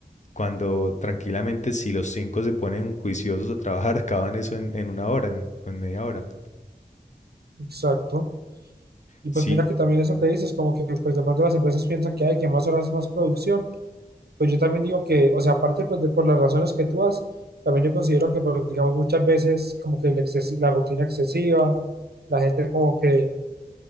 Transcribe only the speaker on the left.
cuando tranquilamente si los cinco se ponen juiciosos a trabajar, <laughs> acaban eso en, en una hora en- o en media hora.
Sí,